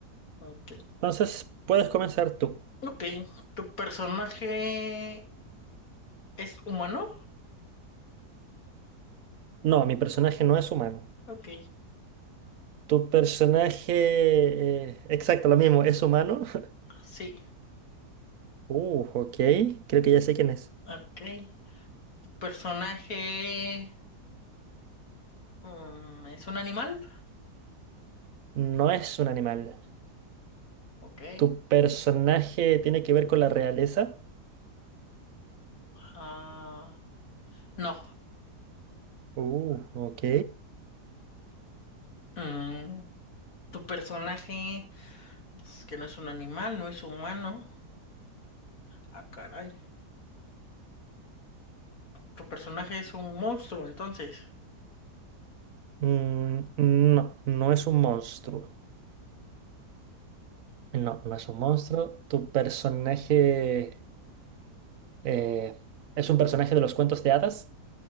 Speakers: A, on the left; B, on the right.
A: ya. Ok.
B: entonces puedes comenzar tú.
A: Ok, ¿tu personaje es humano?
B: No, mi personaje no es humano.
A: Ok,
B: ¿Tu personaje, eh, exacto, lo mismo, es humano? <laughs>
A: sí.
B: Uh, ok, creo que ya sé quién es.
A: Ok, ¿tu personaje mm, es un animal?
B: No es un animal.
A: Ok.
B: ¿Tu personaje tiene que ver con la realeza?
A: Ah, no.
B: Uh, ok.
A: Mm, ¿tu personaje es que no es un animal, no es humano? Ah, caray. ¿Tu personaje es un monstruo, entonces?
B: Mm, no, no es un monstruo. No, no es un monstruo. ¿Tu personaje, eh, es un personaje de los cuentos de hadas?